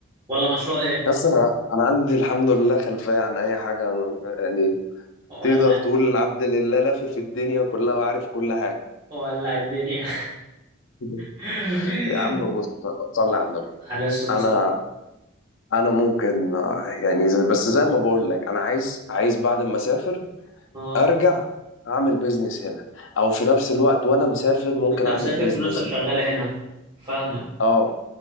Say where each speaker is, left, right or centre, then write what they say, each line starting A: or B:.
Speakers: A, on the right (about 20°); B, on the left (about 60°).
A: ولا مشروع ايه
B: بس انا انا عندي الحمد لله خلفية عن اي حاجة أنا- يعني
A: ولا
B: تقدر تقول العبد لله لافف في الدنيا كلها وعارف كل حاجة
A: ولا الدنيا
B: <laughs>
A: <laughs>
B: يا عم بص صلي على النبي
A: على اساس
B: انا انا ممكن آه، يعني ز- بس زي ما بقول لك انا عايز عايز بعد ما اسافر
A: اه
B: ارجع اعمل بيزنس هنا او في نفس الوقت وانا مسافر ممكن
A: انت مسافر
B: اعمل بيزنس
A: فلوسك شغالة
B: هنا
A: هنا فاهمك
B: اه